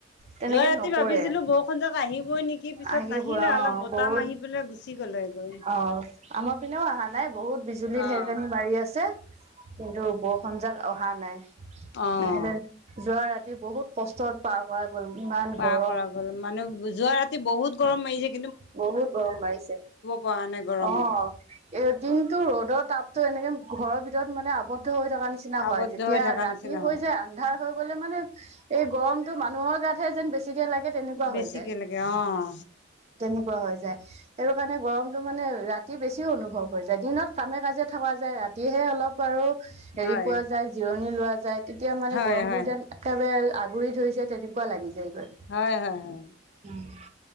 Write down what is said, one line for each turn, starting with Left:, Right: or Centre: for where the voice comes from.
Right: তেনেকে
Left: যোৱা ৰাতি
Right: নপৰে।
Left: ভাবিছিলো বৰষুণ যাক আহিবই নেকি পিছত
Right: আহিব
Left: নাহিলে
Right: অ
Left: অলপ বতাহ
Right: বহুত
Left: মাৰি পেলাই গুচি গ'লে গৈ।
Right: অ। আমাৰ পিনেও অহা নাই বহুত বিজুলীত
Left: অ'।
Right: ঢেৰকনি মাৰি আছে। কিন্তু বৰষুণজাক অহা নাই
Left: অ',
Right: নহলে যোৱা ৰাতি। বহুত কষ্টত পাৰ কৰা। গ'ল ইমান
Left: পাৰ
Right: গৰম
Left: কৰা গ'ল মানে যোৱা ৰাতি বহুত গৰম মাৰিলে।
Right: বহুত গৰম মায়িছে।
Left: পৰা নাই গৰমত
Right: অ এ কিন্তু ৰ'দৰ তাপতো এনেকে ঘৰৰ ভিতৰত মানে আৱ। দ্ধ হৈ থকা নিচিনা
Left: আৱদ্ধ
Right: হয় যেতিয়া
Left: হৈ থকা
Right: ৰাতি
Left: নিচিনা
Right: হৈ
Left: হয়।
Right: যায় আন্ধাৰ হৈ গলে মানে এই গৰম। মানুহৰ গাতহে যেন বেছি দে লাগে তেনেকোৱা
Left: বেছিকে
Right: হৈ যায়।
Left: লাগে অ'।
Right: তেনেকোৱা হৈ যায় সেইটো কাৰণে গৰমতো মানে ৰাতি বেছি অনুভৱ হৈ যায় দিনত কামে কাজে থকা যায়। ৰাতিহে অলপ আৰু। হেৰি
Left: হয়।
Right: পোৱা যায় জিৰণি লোৱা যায় তেতিয়া মানে
Left: হয়,
Right: গৰমটো
Left: হয়,
Right: যেন একেবাৰে আগুৰি ধৰিছে। তেনেকোৱা লাগি যায় গৈ
Left: হয়, হয়, হয়।
Right: উম।